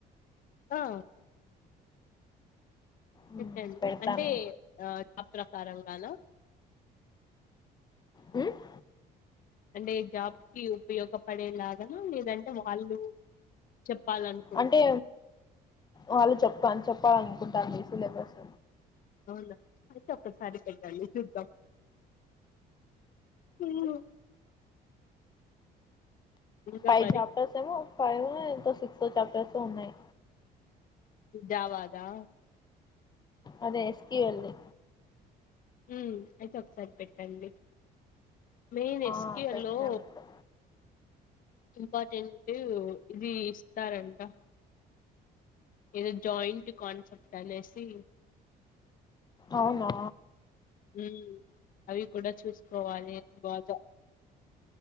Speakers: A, on the left; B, on the left.
A: ఆ
B: హ్మ్.
A: పెట్టండి
B: పెడతాను.
A: అంటే ఆ జాబ్ ప్రకారం గాన
B: ఉమ్మ్
A: అంటే జాబ్‌కి ఉపయోగపడేలాగాన లేదంటే వాళ్ళు చెప్పాలను
B: అంటే వాళ్ళు చెప్ప చెప్పాలనుకుంటళ్ళు ఈ సిలబస్
A: అవునా అయితే ఒక్కసారి పెట్టండి చూద్దాం ఉమ్మ్ ఇంకా
B: ఫైవ్
A: మరి
B: చాప్టర్స్ ఏమో ఫైవో ఎంతో సిక్సో చాప్టర్స్ ఉన్నాయి
A: జావాదా
B: అదే ఎస్‌క్యూఎల్ ది
A: ఉమ్మ్ అయితే ఒకసారి పెట్టండి మెయిన్
B: ఆ
A: ఎస్‌క్యూ‌ఎల్
B: పెట్టినా
A: లో
B: మీకు
A: ఇంపార్టెంట్ ఇది ఇస్తారంట ఏదో జాయింట్ కాన్సెప్ట్ అనేసి
B: అవునా
A: ఉమ్మ్ అవి కూడా చూసుకోవాలి బాగా